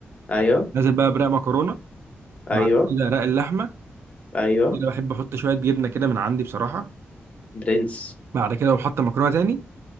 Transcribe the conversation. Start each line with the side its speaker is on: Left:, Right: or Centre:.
Left: ايوه
Right: نازل بقى برق مكرونه
Left: ايوه
Right: بعد كده رق اللحمه
Left: ايوه
Right: كده بحب احط شويه جبنه كده من عندي بصراحه
Left: برنس
Right: بعد كده بحط مكرونه تاني